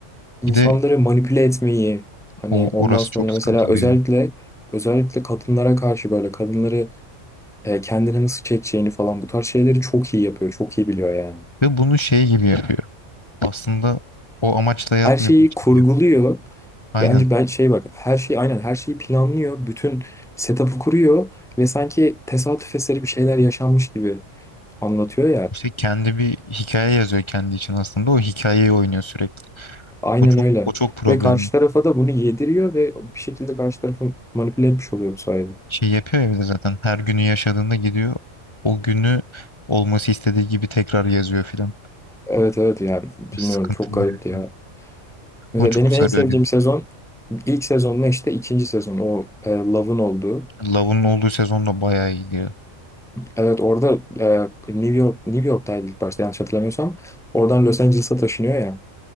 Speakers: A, in the centre; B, on the left.
A: insanları
B: bir de
A: manipüle etmeyi hani
B: o
A: ondan
B: orası
A: sonra
B: Evet. çok sıkıntılı
A: mesela özellikle
B: ya.
A: özellikle kadınlara karşı böyle kadınları e, kendine nasıl çekeceğini falan bu tarz şeyleri çok iyi yapıyor. Çok iyi biliyor yani.
B: Ve bunu şey gibi yapıyor. Aslında o amaçla yapmıyormuş
A: Her şeyi kurguluyor.
B: gibi yapıyor. Aynen.
A: Bence ben şey bak her şeyi aynen her şeyi planlıyor. Bütün setup'ı kuruyor ve sanki tesadüf eseri bir şeyler yaşanmış gibi anlatıyor ya.
B: İşte kendi bir hikaye yazıyor kendi için aslında. O hikayeyi oynuyor sürekli.
A: Aynen
B: O çok
A: öyle.
B: o çok problemli.
A: Ve karşı tarafa da bunu yediriyor ve bir şekilde karşı tarafı manipüle etmiş oluyor bu sayede.
B: Şey yapıyor ya bir de zaten her günü yaşadığında gidiyor. O günü olması istediği gibi tekrar yazıyor filan.
A: Evet evet ya bilmiyorum
B: Sıkıntılı.
A: çok garipti
B: herif.
A: ya. Mesela
B: Ama çok
A: benim
B: sarıyor
A: en sevdiğim
B: dedi.
A: sezon ilk sezonla işte ikinci sezon o e, Love'ın olduğu.
B: Love'un olduğu sezon da bayağı iyi diyor.
A: Evet orada e, New York New York'taydı ilk başta yanlış hatırlamıyorsam. Oradan Los Angeles'a taşınıyor ya.